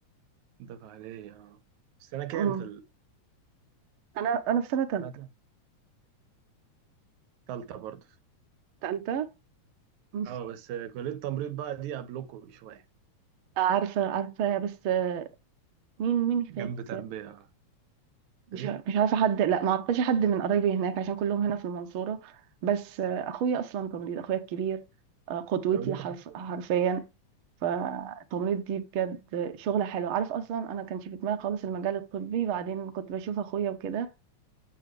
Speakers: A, on the right; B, on the right.
A: ده عادية اه بس أنا كام
B: امم
A: في
B: انا انا في سنه ثالثه
A: حاجة التالتة برضه
B: تالتة بس
A: اه بس كلية تمريض بقى دي قبلكم بشوية
B: عارفه عارفه بس آه، مين مين
A: جنب
B: هناك
A: تربية
B: مش
A: م?
B: ع- مش عارفه حد لا ما اعرفش حد من قرايبي هناك عشان كلهم هنا في المنصوره بس آه، اخويا اصلا تمريض اخويا الكبير آه، قدوتي
A: لو ليك
B: حرف
A: حد
B: حرفيا فالتمريض دي بجد شغله حلوه عارف اصلا انا كانش في دماغي خالص المجال الطبي بعدين كنت بشوف اخويا وكده